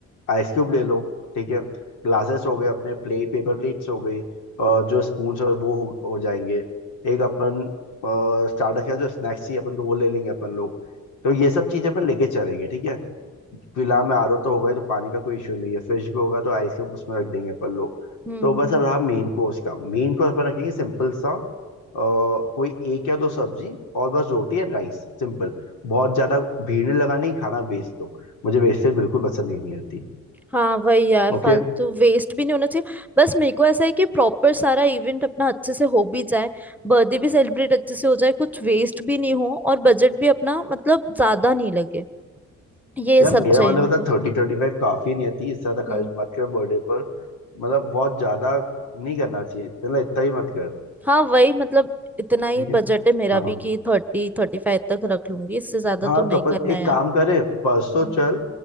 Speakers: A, on the left; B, in the centre.
A: आइस क्यूब ले लो ठीक है ग्लासेस हो गए अपने प्लेट पेपर प्लेट्स हो गई अ, जो स्पून हो गए वो हो, हो जाएंगे एक अपन स्टार्टर का जो स्नैक्स ही अपन को वो ले लेंगे अपन लोग तो ये सब चीजें अपन लेके चलेंगे ठीक है फिलहाल में आरओ तो होगा ही, तो पानी का कोई इशू नहीं है फ्रिज भी होगा तो आइसक्रीम उसमें रख देंगे अपन लोग
B: हम्म
A: तो बस
B: हम्म
A: अब रहा मेन कोर्स का मेन कोर्स अपन रखेंगे सिंपल सा अ, कोई एक या दो सब्जी और बस रोटी एंड राइस सिंपल बहुत ज्यादा भीड़ नहीं लगानी खाना वेस्ट दो मुझे वेस्टेज बिल्कुल पसंद ही नहीं आती
B: हाँ वही यार
A: ओके
B: फालतू वेस्ट भी नहीं होना चाहिए बस मेरे को ऐसा है कि प्रॉपर सारा इवेंट अपना अच्छे से हो भी जाए बर्थडे भी सेलिब्रेट अच्छे से हो जाए कुछ वेस्ट भी नहीं हो और बजट भी अपना मतलब ज्यादा नहीं लगे ये
A: यार
B: सब
A: मेरा
B: चाहिए
A: मानना
B: मेरे
A: पता
B: को
A: थर्टी थर्टी फाइव काफी नहीं आती इससे ज्यादा
B: हम्म
A: खर्च मत कर बर्थडे पर मतलब बहुत ज्यादा नहीं करना चाहिए मतलब इतना ही मत कर
B: हाँ वही मतलब इतना ही
A: ठीक है
B: बजट है मेरा
A: हाँ
B: भी कि थर्टी थर्टी फाइव तक रख लूंगी इससे ज्यादा
A: हाँ
B: तो नहीं
A: तो अपन
B: करना
A: एक
B: है यार
A: काम करें परसों
B: हम्म
A: चल